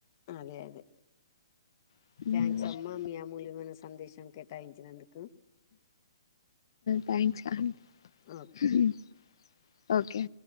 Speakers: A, on the left; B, on the left.
A: అదే అదే
B: కాదు
A: థ్యాంక్స్ అమ్మా మీ అమూల్యమైన సందేశం కే కేటయించినందుకు
B: థ్యాంక్స్ అం
A: ఓకే
B: హు హుమ్మ్ ఓకే